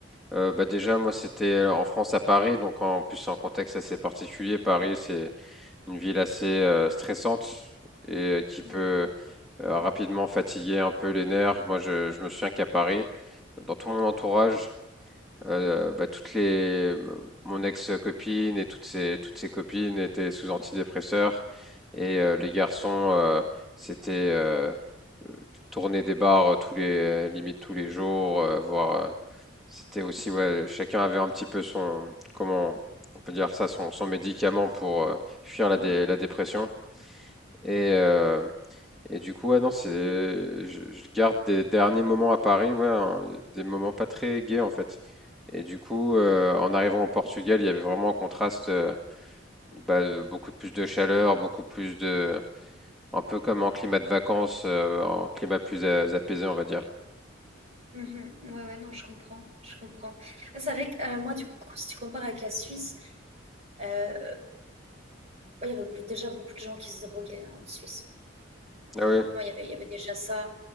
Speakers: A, in the centre; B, on the right.
A: Euh, bah déjà, moi, c'était en France à Paris, donc en plus, c'est un contexte assez particulier. Paris, c'est une ville assez euh, stressante et euh, qui peut
B: Ouais,
A: euh, rapidement fatiguer un peu les nerfs. Moi, je, je me souviens qu'à Paris, dans tout mon entourage, euh, bah, toutes les mon ex-copine et toutes ses toutes ses copines étaient sous antidépresseurs et euh, les garçons euh, c'était euh, euh, tourner des bars tous les limite tous les jours euh, voire euh, c'était aussi ouais chacun avait un petit peu son comment on peut dire ça son son médicament pour euh, fuir la
B: ouais.
A: dé- la dépression et euh, et du coup, ouais, non, c'est, je, je garde des derniers moments à Paris, ouais, hein, des moments pas très gais en fait. Et du coup, euh, en arrivant au Portugal, il y avait vraiment un contraste, euh, bah, euh, beaucoup plus de chaleur, beaucoup plus de, un peu comme en climat de vacances, euh, en climat plus a- apaisé, on va dire.
B: Mhm. Ouais, ouais, non, je comprends, je comprends. Ah, C'est vrai que euh, moi, du coup, si tu compares avec la Suisse, euh, ouais, il y avait déjà beaucoup de gens qui se droguaient hein, en Suisse. Mm,
A: Ah oui,
B: Donc moi, il y avait, il y avait déjà ça.